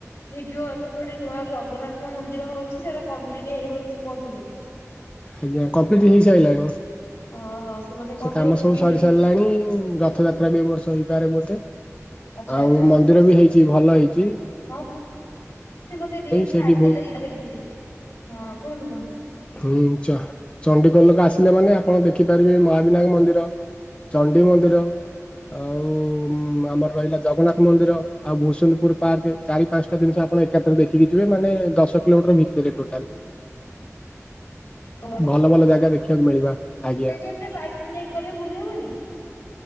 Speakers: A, on the left; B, on the left.
A: ଭିଡିଓ ଏବେ ଗୋଟେ ନୂଆ ଜଗନ୍ନାଥ ମନ୍ଦିର ହଉଚି ସେଇଟା କମ୍ପ୍ଲିଟ୍ ହେଇନି ବୋଲି ସେ କହୁଥିଲେ।
B: ଆଜ୍ଞା କମ୍ପ୍ଲିଟ୍ ହେଇସାଇିଲାଣିମ।
A: ଅ ହଁ। ସେ ମତେ କହ
B: ସେ କାମ ସବୁ
A: ଭିଡିଓ
B: ସରି ସାରିଲାଣି ରଥଯାତ୍ରା ବି ଏବ ବର୍ଷ ହେଇପାରେ ବୋଧେ।
A: ଆଚ୍ଛା
B: ଆଉ
A: ଆଚ୍ଛା
B: ମନ୍ଦିର ବି ହେଇଚି ଭଲ ହେଇଚି।
A: ହଁ ଜଣେ ମତେ ରିଲ୍ସ୍
B: ସେଇଠି
A: ଛାଡିଥିଲେ
B: ବହୁତ
A: ମୁଁ ଦେଖିଥିଲି ହଁ କୁହନ୍ତୁ କୁହନ୍ତୁ।
B: ହୁଁ ଚା ଚଣ୍ଡିକୋଲ ଲୋକ ଆସିଲେ ମାନେ ଆପଣ ଦେଖିପାରିବେ ମହାବିନାୟକ ମନ୍ଦିର। ଚଣ୍ଡୀ ମନ୍ଦିର। ଆଉ ଆମର ରହିଲା ଜଗନ୍ନାଥ ମନ୍ଦିର ଆଉ ଭୁସୁନ୍ଦପୁର ପାର୍କ। ଚାରି ପାଞ୍ଚଟା ଜିନିଷ ଆପଣ ଏକାଥରେ ଦେଖିକି ଯିବେ ମାନେ ଦଶ କିଲୋମିଟର ଭିତରେ ଟୋଟାଲ୍।
A: ଗୋଟେ
B: ଭଲ ଭଲ ଜାଗା ଦେଖିବାକୁ ମିଳିବା
A: ଗୋଟେ
B: ଆଜ୍ଞା।
A: ଦିନରେ ବାଇକ୍ ଟା ନେଇକି ଗଲେ ବୁଲି ହବନି?